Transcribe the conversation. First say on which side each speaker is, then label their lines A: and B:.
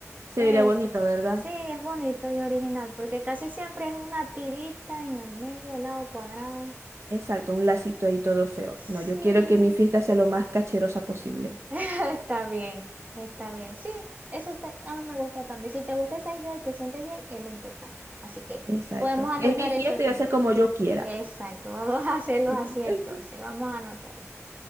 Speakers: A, on the right; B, on the right.
A: Se
B: ese.
A: vería bonito, ¿verdad?
B: Sí, es bonito y original porque casi siempre es una tirita en el medio, al lado cuadrado.
A: Exacto, un lacito ahí todo feo.
B: Sí,
A: No, yo quiero que mi fiesta sea lo más cacherosa posible.
B: <laughs> está bien, está bien. Sí, eso está, a mí me gusta también. Si te gusta esa idea y te sientes bien, es lo importante. Así que
A: Exacto.
B: podemos anotar
A: Es mi fiesta
B: eso sí.
A: y va a ser como yo quiera.
B: Exacto, <laughs> vamos a hacerlo
A: <laughs>
B: así entonces, vamos a anotarlo.